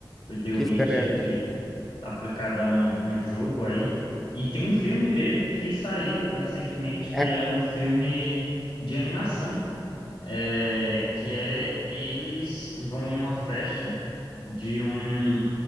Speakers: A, on the left (about 80°); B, in the centre.
A: Foi The
B: Que
A: Witcher,
B: espera,
A: de, aplicada a um, um jogo aí. E tem um filme dele que saiu recentemente, que
B: é,
A: é um filme de animação é, que é eles vão em uma festa de um